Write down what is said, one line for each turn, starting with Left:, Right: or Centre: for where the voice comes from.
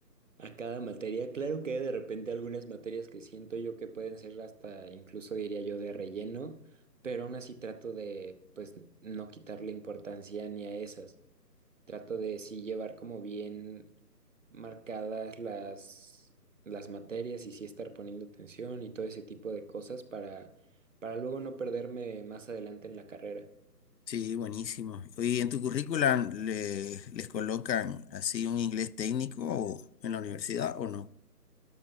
Right: a cada materia. Claro que de repente algunas materias que siento yo que pueden ser hasta, incluso diría yo, de relleno, pero aún así trato de, pues, no quitarle importancia ni a esas. Trato de sí llevar como bien marcadas las, las materias y sí estar poniendo atención y todo ese tipo de cosas para, para luego no perderme más adelante en la carrera.
Left: Sí, buenísimo. ¿Y en tu currículum le- les colocan así un inglés técnico o en la universidad o no?